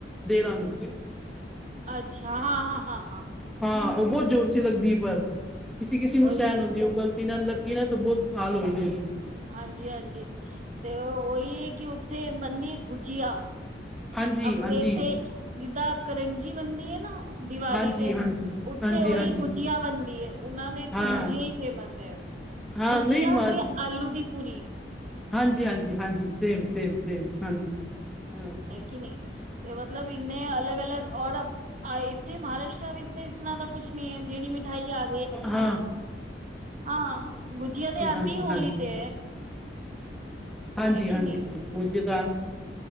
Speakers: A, in the centre; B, on the right.
A: ਦੇਰਾਂ ਨੂੰ
B: ਅੱਛਾ ਹਾਂ ਹਾਂ ਹਾਂ ਹਾਂ
A: ਹਾਂ ਉਹ ਬਹੁਤ ਜ਼ੋਰ ਸੀ ਲੱਗਦੀ ਹੈ ਪਰ ਕਿਸੇ ਕਿਸੇ ਨੂੰ
B: ਉਹੀ
A: ਸਹਿਣ
B: ਹੈ।
A: ਹੁੰਦੀ ਉਹ ਗਲਤ ਨਾਲ ਲੱਗੀ ਨਾ ਤਾਂ ਬਹੁਤ ਾਲ ਹੋ ਗ ਨੇ
B: ਹਾਂਜੀ ਹਾਂਜੀ ਤੇ ਉਹੀ ਹੈ ਕਿ ਉੱਥੇ ਮੰਨੀ ਗੁਜੀਆ
A: ਹਾਂਜੀ
B: ਆਪਣੇ
A: ਹਾਂਜੀ
B: ਤੇ ਜਿੱਦਾਂ ਕਰਜੀ ਬਣਦੀ ਹੈ ਨਾ ਦੀਵਾਲੀ
A: ਹਾਂਜੀ
B: ਤੇ
A: ਹਾਂਜੀ
B: ਉੱਥੇ
A: ਹਾਂਜੀ
B: ਉਹੀ
A: ਹਾਂਜੀ
B: ਗੁਜੀਆਂ ਬਣਦੀ ਉਹਨਾਂ ਦੇ
A: ਹਾਂ
B: ਤੇ ਗੁਜੀਆ ਹੀ ਫੇਮਸ ਹੈ
A: ਹਾਂ
B: ਗੁਜੀਆ
A: ਨਹੀਂ ਮ
B: ਤੇ ਆਲੂ ਦੀ ਪੂਰੀ
A: ਹਾਂਜੀ ਹਾਂਜੀ ਹਾਂਜੀ ਸੇਮ ਸੇਮ ਸੇਮ ਹਾਂਜੀ ਹਾਂ
B: ਹੈ ਕਿ ਨਹੀਂ ਅਤੇ ਮਤਲਬ ਇੰਨੇ ਅਲੱਗ ਅਲੱਗ ਔਰ ਆ ਇੱਥੇ ਮਹਾਰਾਸ਼ਟਟਰ ਵਿੱਚ ਤਾਂ ਇਸ ਤਰ੍ਹਾਂ ਦਾ ਕੁੱਛ ਨੀ ਹੈ ਜਿਹੜੀ ਮਿਠਾਈ ਆ
A: ਹਾਂ
B: ਹਾਂ ਗੁਜੀਆ ਤੇ
A: ਜੀ
B: ਆਉਂਦੀ
A: ਹਾਂਜੀ
B: ਹੋਲੀ
A: ਹਾਂਜੀ
B: ਤੇ
A: ਹਾਂ ਹਾਂਜੀ
B: ਹੈ ਕਿ
A: ਹਾਂਜੀ
B: ਨਹੀਂ
A: ਗੁਜ ਤਾਂ